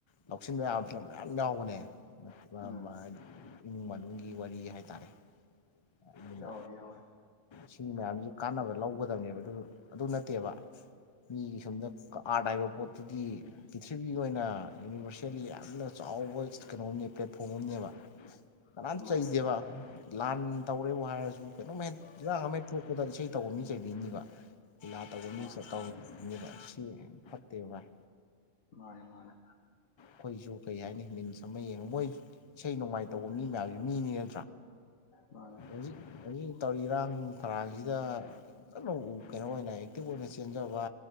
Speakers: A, on the left; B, on the left.
A: ꯂꯧꯁꯤꯟꯕ ꯌꯥꯕ ꯐꯤꯂꯝ ꯃꯌꯥꯝ ꯌꯥꯎꯕꯅꯦ
B: ꯎꯝ
A: ꯃ ꯍꯥꯏꯗꯤ ꯏꯃꯨꯡ ꯃꯅꯨꯡꯒꯤ ꯋꯥꯔꯤ ꯍꯥꯏꯇꯥꯔꯦ ꯑꯗꯨꯅ
B: ꯌꯥꯎꯋꯦ ꯌꯥꯎꯋꯦ
A: ꯁꯤ ꯃꯌꯥꯝꯁꯤ ꯀꯥꯟꯅꯕ ꯂꯧꯒꯗꯕꯅꯦꯕ ꯑꯗꯨ ꯑꯗꯨ ꯅꯠꯇꯦꯕ ꯃꯤꯒꯤ ꯁꯣꯝꯗ ꯑꯥꯔꯠ ꯍꯥꯏꯕ ꯄꯣꯠꯇꯨꯗꯤ ꯄ꯭ꯔꯤꯊꯤꯕꯤꯒꯤ ꯑꯣꯏꯅ ꯌꯨꯅꯤꯕꯔꯁꯦꯜꯂꯤ ꯌꯥꯝꯅ ꯆꯥꯎꯕ ꯀꯩꯅꯣꯝꯅꯦ ꯄ꯭ꯂꯦꯠꯐꯣꯝ ꯑꯃꯅꯦꯕ ꯀꯅꯥꯝ
B: ꯃꯥꯅꯦ
A: ꯆꯩꯗꯦꯕ ꯂꯥꯟ ꯇꯧꯔꯦꯕꯨ ꯍꯥꯏꯔꯁꯨ ꯀꯩꯅꯣꯝꯃ ꯍꯦꯛ ꯏꯔꯥꯡ ꯑꯃ ꯍꯦꯛ ꯊꯣꯛꯄꯗ ꯏꯁꯩ ꯇꯧꯕ ꯃꯤ ꯆꯩꯕꯤꯅꯤꯕ ꯂꯤꯂꯥ ꯇꯧꯕ ꯃꯤꯁꯦ
B: ꯃꯥꯅꯦ
A: ꯒꯧ ꯅꯦꯕ ꯁꯤ ꯐꯠꯇꯦ ꯚꯥꯏ
B: ꯃꯥꯅꯦ ꯃꯥꯅꯦ
A: ꯑꯩꯈꯣꯏꯁꯨ ꯀꯩ ꯍꯥꯏꯅꯤ ꯃꯤꯟꯁ ꯑꯃ ꯌꯦꯡꯉ ꯃꯣꯏ ꯏꯁꯩ ꯅꯣꯡꯃꯥꯏ ꯇꯧꯕ ꯃꯤ ꯃꯌꯥꯝꯁ ꯃꯤꯅꯤꯅ
B: ꯃꯥꯅꯦ ꯃꯥꯅꯦ
A: ꯍꯧꯖꯤꯛ ꯍꯧꯖꯤꯛ ꯇꯧꯔꯤ ꯏꯔꯥꯡ ꯐꯔꯥꯡꯁꯤꯗ ꯀꯟꯅ ꯀꯩꯅꯣ ꯑꯣꯏꯅ ꯑꯦꯛꯇꯤꯚ ꯑꯣꯏꯅ ꯆꯦꯟꯖꯕ